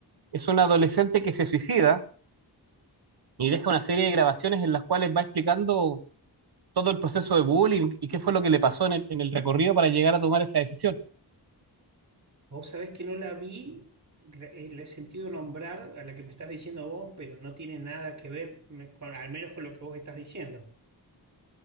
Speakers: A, on the right (about 65°); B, on the right (about 45°).
A: es un adolescente que se suicida y deja una serie de grabaciones en las cuales va explicando todo el proceso de bullying y qué fue lo que le pasó en el, en el recorrido para llegar a tomar esa decisión.
B: Vos sabés que no la vi, la, eh, la he sentido nombrar a la que me estás diciendo vos, pero no tiene nada que ver, me- con, al menos con lo que vos estás diciendo.